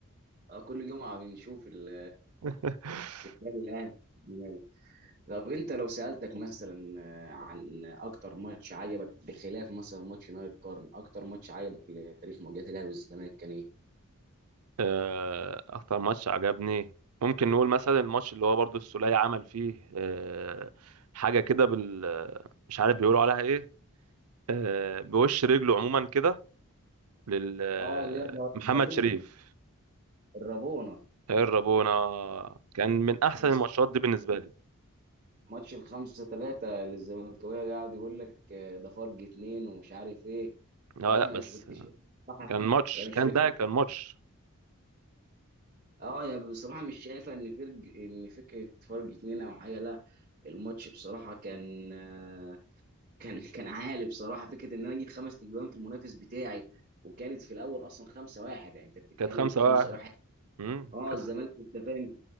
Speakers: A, on the right; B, on the right.
A: آه، كل جمعه بنشوف ال-
B: <laughs>
A: النادي الاهلي طب انت لو سألتك مثلا آه، عن اكتر ماتش عجبك بخلاف مثلا ماتش نهائي القرن اكتر ماتش عجبك في تاريخ مواجهة الاهلي والزمالك كان ايه؟
B: آه، اكتر ماتش عجبني ممكن نقول مثلا الماتش اللي هو برضو السولية عمل فيه آه، حاجة كده بال آه، مش عارف بيقولوا عليها ايه آه، بوش رجله عموما كده لل آه،
A: اه اللي هي الرابونة
B: محمد شريف
A: الرابونة
B: الربونة كان من احسن
A: بس
B: الماتشات دي بالنسبة لي
A: ماتش الخمسة ثلاثة للزملكاوية قاعد يقول لك آه، ده فرق اتنين ومش عارف ايه
B: لا
A: لا انا
B: لا بس
A: مش كنت شايف بصراحة-
B: كان ماتش
A: يعني مش
B: كان
A: فكرة
B: ده كان ماتش
A: اه يعني بصراحة مش شايفة ان فرق ان فكرة فرق اتنين او حاجة لا الماتش بصراحة كان آه، كان <laughs> كان عالي بصراحه فكره ان انا اجيب خمس تجوان في المنافس بتاعي وكانت في الاول اصلا 5 1 يعني انت بتتكلم
B: كانت خمسة
A: في 5
B: واحد
A: 1
B: مم،
A: اه
B: كانت
A: الزمالك انت فاهم